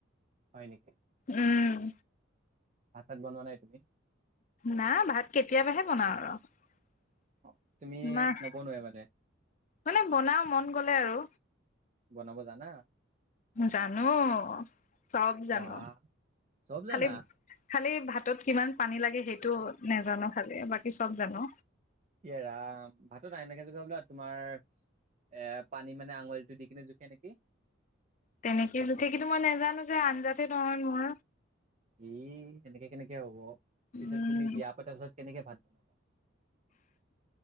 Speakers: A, on the right; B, on the left.
A: হয় নেকি?
B: উম
A: ভাত চাত বনোৱা নাই তুমি?
B: না ভাত কেতিয়াবাহে বনাওঁ আৰু
A: অ তুমি
B: মাহ
A: নবনোৱাই মানে
B: মানে বনাও মন গ'লে আৰু
A: বনাব জানা
B: জানো। চব জানো।
A: বাহ চব
B: খালি
A: জানা।
B: খালি ভাতত কিমান পানী লাগে সেইটো নাজানো খালি বাকী বাকী চব জানো
A: এ ৰাম ভাতত এনেকে জোখা বোলা তোমাৰ এ পানী মানে আঙুলিটো দি কিনে জোখে নেকি
B: তেনেকেই জোখে কিন্তু মই নেজানো যে আঞ্জাতে নহয় মোৰ
A: এ এনেকে কেনেকে হ'ব?
B: উম
A: পিছত তুমি বিয়া পতাৰ পাছত কেনেকে ভাত ধনবাদ